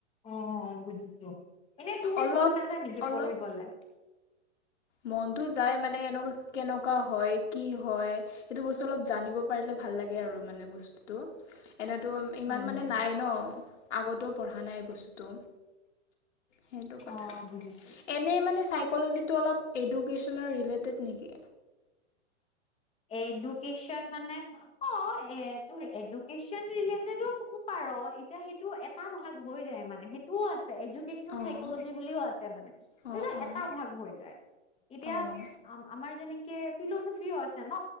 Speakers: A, on the left (about 15°); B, on the left (about 75°).
A: অ বুজিছো এনেই তোৰ
B: অলপ
A: মন নাযায় নেকি
B: অলপ
A: পঢ়িবলৈ,
B: মনটো যায় মানে এনেকুৱা কেনেকা, ুৱা হয় কি হয় সেইটো বস্তু অলপ জানিব পাৰিলে ভাল লাগে আৰু মানে বস্তুটো, এনেতো ইমান
A: উম
B: মানে নাই ন আগতেও পঢ়া নাই বস্তুটো। সেইটো কথা
A: অ বুজিছো
B: এনে মানে চাইকজিটো অলপ েড নেকি,
A: এডুকেচন মানে অ এ তোৰ এডুকেচন ৰিলেটেডো কব পাৰ এতিয়া সেইটো এটা ভাগ হৈ যায় মানে সেইটোও আছে। এডকনেল
B: অঁ
A: চাইকজি বুলিও আছে মানে তে
B: অঁ অঁ
A: এটা ভাগ হৈ যায়। এতিয়া
B: অঁ
A: আমাৰ যেনে ফিলচফিও আছে ন